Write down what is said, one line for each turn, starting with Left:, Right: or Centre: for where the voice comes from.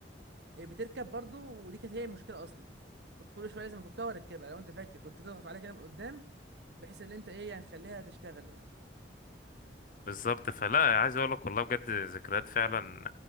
Right: إيه، بتركب برضو ودي كانت هي المشكله اصلا كنت كل شويه لازم افكها واركبها لو انت فاكر كنت تضغط عليها كده من قدام بحيث ان انت ايه يعني تخليها تشتغل يعني
Left: بالظبط فلا عايز اقول لك والله بجد ذكريات فعلا